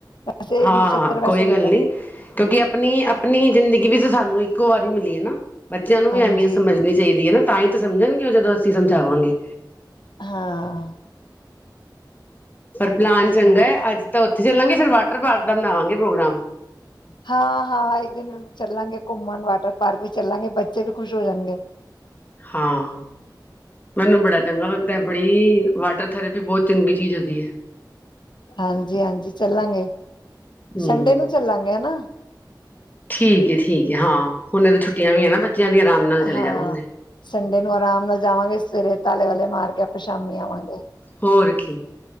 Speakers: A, on the left (about 75°); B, on the left (about 25°).
A: ਵੈਸੇ
B: ਹਾਂ
A: ਪਿਛੱਤਰ
B: ਹਾਂ
A: ਵੈਸੇ
B: ਕੋਈ
A: ਨਹੀਂ
B: ਗੱਲ
A: ਕਰਦੇ
B: ਨੀ ਕਿਉਂਕਿ ਆਪਣੀ ਆਪਣੀ ਜ਼ਿੰਦਗੀ ਵੀ ਸਾਨੂੰ ਇੱਕੋ ਵਾਰੀ ਮਿਲੀ ਹੈ ਨਾ ਬੱਚਿਆਂ ਨੂੰ ਵੀ
A: ਹਾਂਜੀ
B: ਅਹਿਮੀਅਤ ਸਮਝਣੀ ਚਾਹੀਦੀ ਹੈ ਨਾ ਤਾਂ ਹੀ ਤਾਂ ਸਮਝਣਗੇ ਉਹ ਜਦੋਂ ਅਸੀਂ ਸਮਝਾਵਾਂਗੇ
A: ਹਾਂ
B: ਪਰ ਪਲਾਨ ਚੰਗਾ
A: ਹਾਂ
B: ਹੈ, ਅੱਜ ਤਾਂ ਉੱਥੇ ਚੱਲਾਂਗੇ ਫਿਰ ਵਾਟਰ ਪਾਰਕ ਦਾ ਬਣਾਵਾਂਗੇ ਪ੍ਰੋਗਰਾਮ।
A: ਹਾਂ- ਹਾਂ ਇੱਕ ਦਿਨ ਚੱਲਾਂਗੇ ਘੁੰਮਣ, ਵਾਟਰ ਪਾਰਕ ਵੀ ਚੱਲਾਂਗੇ ਬੱਚੇ ਵੀ ਖੁਸ਼ ਹੋ ਜਾਣਗੇ।
B: ਹਾਂ ਮੈਨੂੰ ਬੜਾ ਚੰਗਾ ਲੱਗਦਾ ਹੈ, ਬੜੀ ਵਾਟਰ ਥੈਰੇਪੀ ਬੋਤ ਚੰਗੀ ਚੀਜ਼ ਹੁੰਦੀ ਐ।
A: ਹਾਂਜੀ -ਹਾਂਜੀ ਚੱਲਾਂਗੇ,
B: ਹਮ
A: ਸੰਡੇ ਨੂੰ ਚੱਲਾਂਗੇ ਹਨਾ,
B: ਠੀਕ ਹੈ -ਠੀਕ ਹੈ ਹਾਂ ਹੁਣ ਇਹ ਤਾਂ ਛੁੱਟੀਆਂ ਵੀ ਹੈ ਨਾ ਬੱਚਿਆਂ ਦੀਆ ਆਰਾਮ ਨਾਲ ਚਲੇ
A: ਹਾਂ
B: ਜਾਵਾਂਗੇ।
A: ਸੰਡੇ ਨੂੰ ਆਰਾਮ ਨਾਲ ਜਾਵਾਂਗੇ, ਸਵੇਰੇ ਤਾਲੇ ਵਾਲੇ ਮਾਰ ਕੇ ਆਪਾਂ ਸ਼ਾਮੀ ਆਵਾਂਗੇ।
B: ਹੋਰ ਕੀ।